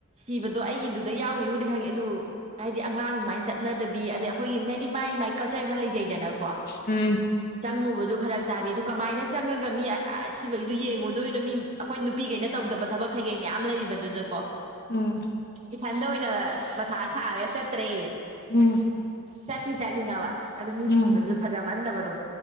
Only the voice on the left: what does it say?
ꯎꯝ
ꯎꯝ
ꯎꯝ
ꯎꯝ